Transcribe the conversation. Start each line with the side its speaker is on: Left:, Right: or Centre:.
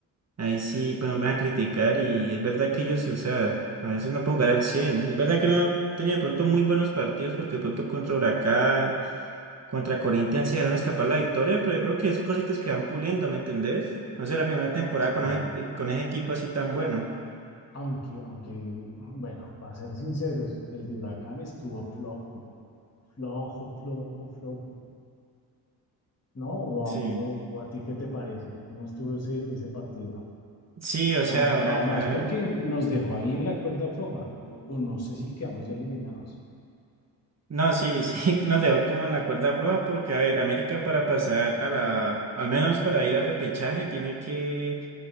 Right: ahí sí, pues nos van a criticar y es verdad que ellos, o sea, a veces no pueden jugar al cien es verdad que no han tenido de pronto muy buenos partidos porque de pronto contra Huracán, contra Corinthians sí dejaron escapar la victoria, pero yo creo que es cositas que van puliendo, ¿me entendés? No sé, la primera temporada
Left: Sí,
Right: con ese, con ese equipo así tan bueno.
Left: aunque, aunque, bueno, para ser sinceros, el de Huracán estuvo flojo, flojo, flojo, flojo, ¿no? ¿O,
Right: Sí.
Left: a- o- o a ti qué te parece? ¿Cómo estuvo ese, ese partido?
Right: Sí, o sea,
Left: Además,
Right: ahora
Left: además
Right: acá.
Left: porque nos dejó ahí en la cuerda floja, o, o no sé si quedamos ya eliminados.
Right: No, sí, sí, <laughs> nos dejó como en la cuerda floja porque, a ver, América para pasar a la, al menos para ir a repechaje, tiene que